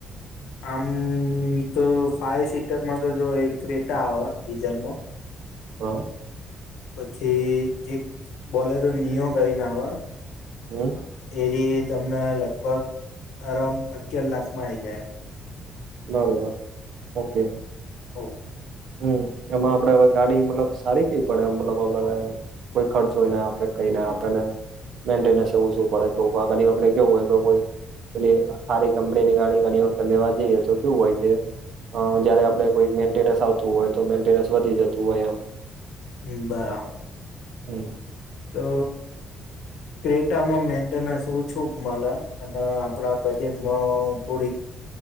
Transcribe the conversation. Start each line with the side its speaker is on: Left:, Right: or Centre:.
Left: અમમમ તો ફાઈવ સીટરમાં તો જો એક ક્રીએટા આવે ડીઝલમાં
Right: હ
Left: પછી એક બોલેનો નિઓ કરીને આવ
Right: હમ
Left: એવી તમને લગભગ અરાઉન્ડ અગિયાર લાખમાં આઈ જાય.
Right: બરોબર, ઓકે.
Left: <inaudible>
Right: હમ એમાં આપડે હવે ગાડી મતલબ સારી કઈ પડે મતલબ આપે કોઈ ખર્ચોએ ના આપે કઈને આપણને મેન્ટેનસ ઓછું પડે તો ઘણી વાર આપણે કેવું હોય કે કોઈ એટલે હારી કંપનીની હારી ગાડી ઘણી વખત લેવા જઈએ તો કેવું હોય કે હ જયારે આપણે કોઈ મેન્ટેનસ આવતું હોય તો મેન્ટેનન્સ વધી જતું હોય એમ
Left: હમ્મ બરાબર
Right: હમ્મ.
Left: તો ક્રેટામાં મેન્ટેનન્સ ઓછું મલ અને આપણા બજેટમાં થોડીક